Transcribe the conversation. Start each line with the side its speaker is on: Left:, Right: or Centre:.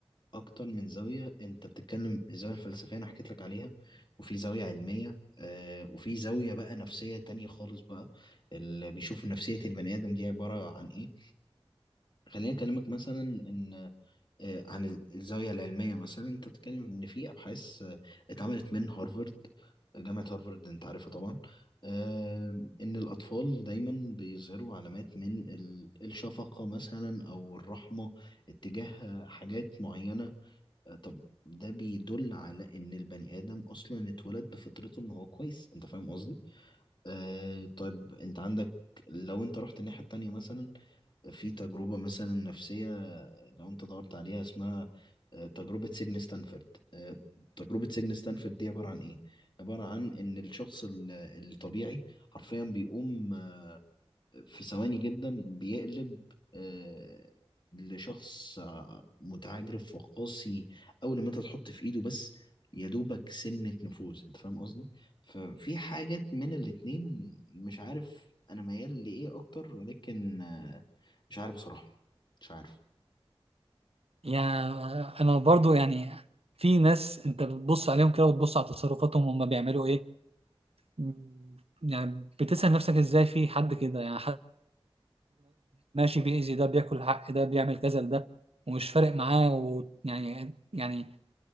Left: اكتر من زاويه انت بتتكلم الزاويه الفلسفيه انا حكيت لك عليها وفي زاويه علميه آه وفي زاويه بقى نفسيه تانية خالص بقى اللي بيشوف نفسيه البني ادم دي عباره عن ايه خليني اكلمك مثلا ان آه، عن الزاوية العلمية مثلا انت بتتكلم ان في ابحاث آه، اتعملت من هارفارد جامعة هارفارد انت عارفها طبعا آه، ان الاطفال دايما بيظهروا علامات من ال- الشفقة مثلا او الرحمة اتجاه حاجات معينة آه، طب ده بيدل على ان البني ادم اصلا اتولد بفطرته ان هو كويس انت فاهم قصدي آه طيب انت عندك لو انت رحت الناحية التانية مثلا في تجربة مثلا نفسية آه، لو انت دورت عليها اسمها آه، تجربة سجن ستانفورد آه، تجربة سجن ستانفورد دي عبارة عن ايه؟ عبارة عن ان الشخص ال- الطبيعي حرفيا بيقوم آه، في ثواني جدا بيقلب آه، لشخص آه، متعجرف وقاسي اول ما انت تحط في ايده بس يا دوبك سنة نفوذ انت فاهم قصدي ففي حاجات من الاتنين مش عارف انا ميال لايه اكتر ولكن آه، مش عارف بصراحة مش عارف
Right: يعني انا برضو يعني في ناس انت بتبص عليهم كده وتبص على تصرفاتهم هم بيعملوا ايه مم، يعني بتسأل نفسك ازاي في حد كده يعني حد ماشي بيأذي ده بياكل حق ده بيعمل كذا لده ومش فارق معاه ويعني يعني يعني